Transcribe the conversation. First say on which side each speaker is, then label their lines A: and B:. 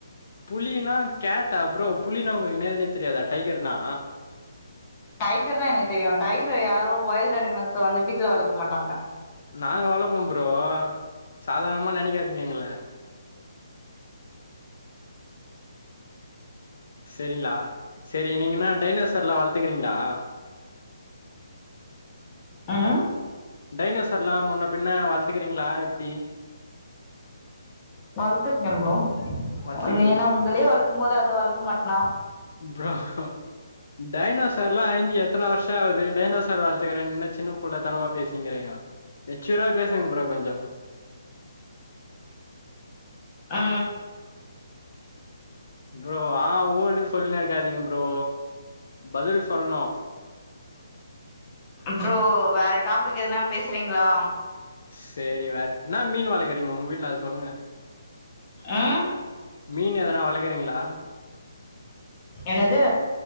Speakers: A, on the left; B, on the left.
A: புலினா கேட்டா ப்ரோ புலினா உங்களுக்கு என்னதுன்னே தெரியாதா டைகர்னா
B: டைகர்னா எனக்கு தெரியு டைகர யாரு வொய்ல்டு அனிமல்ஸ்ஸ வந்து வீட்ல வளக்க மாட்டாங்க
A: நாங்க வளப்போம் ப்ரோ சாதர்ணமா நெனக்காதீங்க எங்கள செரிங்ளா செரி நீங்கன்னா டைனசர்ல வளத்துக்குறீங்ளா
B: ம்
A: டைனசர்லா முன்ன பின்ன வளத்துக்குறீங்ளா எப்டி
B: வளத்துர்கே ப்ரோ
A: வளத்துக்கிறீங்களா
B: நீ என்னா உங்களையே வளக்கும் போது அத வளக்க மாட்னா
A: ப்ரோ ஃகொ டைனொசர்லா ஐஞ்சி எத்தன வர்ஷ ஆவுது டைனொசர் வளத்துகுறென்னு சின்ன புள்ள தனமா பேசிங்கிறிங்கொ எச்சூரா பேசுங் ப்ரோ கொஞ்ச
B: ஆ
A: ப்ரோ ஆ ஊன்னு சொல்னே ருக்காதீங்க ப்ரோ பதில் சொல்ணு
B: ப்ரோ வேற டாபிக் எதுனா பேசுறீங்ளா
A: செரி வேர் என்ன மீன் வளக்குறீங்க உங்க வீட்ல அது சொல்லுங்க
B: ஆ
A: மீன் எதனா வளக்குறீங்ளா
B: என்னது